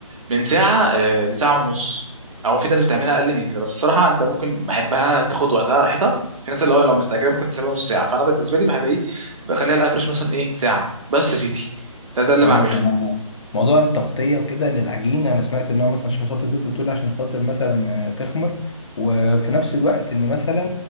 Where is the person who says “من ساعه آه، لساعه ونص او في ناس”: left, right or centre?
Right